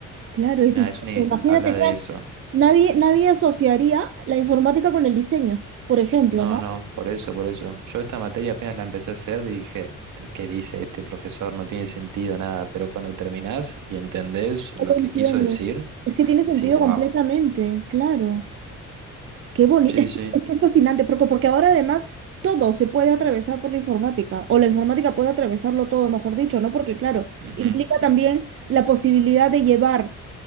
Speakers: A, on the right; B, on the right.
A: claro, es
B: Y nada,
A: diseño.
B: es una,
A: Imagínate,
B: habla de
A: claro,
B: eso.
A: nadie, nadie asociaría la informática con el diseño, por ejemplo,
B: No,
A: ¿no?
B: no, por eso, por eso. Yo esta materia apenas la empecé a hacer y dije, "Eh, ¿qué dice este profesor? No tiene sentido nada, pero cuando terminás y entendés
A: Lo
B: lo
A: entiendo.
B: que quiso decir,
A: Es que tiene sentido
B: decís, wow,
A: completamente, claro. Qué bonito,
B: sí,
A: es
B: sí.
A: que, es que es fascinante, porque, porque ahora además todo se puede atravesar por la informática, o la informática puede atravesarlo todo, mejor dicho, ¿no? Porque claro,
B: ujú".
A: implica también la posibilidad de llevar